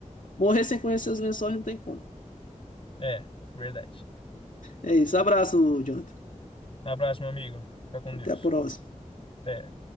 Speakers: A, on the left; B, on the left.
A: Morrer sem conhecer os Lençóis não tem como.
B: É, verdade.
A: É isso, abraço, Jonathan.
B: Um abraço, meu amigo. Fica com
A: Até
B: Deus.
A: a próxima.
B: Até.